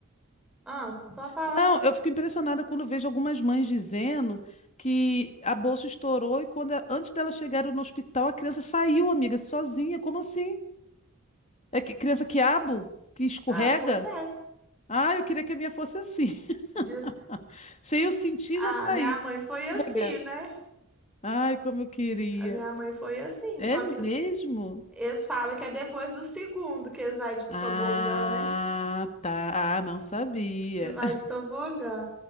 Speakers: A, in the centre; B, on the left.
A: ah, pra falar.
B: Não, eu fico impressionada quando vejo algumas mães dizendo que a bolsa estourou e quando a- antes delas chegarem no hospital a criança saiu, amiga, sozinha. Como assim? É que criança quiabo? Que escorrega?
A: Ai, pois é.
B: Ah, eu queria que a minha fosse assim.
A: De-
B: <laughs> Se eu sentir,
A: A
B: já saí.
A: minha mãe foi
B: Escorregar.
A: assim, né?
B: Ai, como eu queria.
A: A minha mãe foi assim,
B: É
A: só
B: mesmo?
A: que eles falam que é depois do segundo que eles vai de
B: Ah,
A: tobogã, né?
B: tá. Ah, não sabia.
A: Que vai
B: <laughs>
A: de tobogã.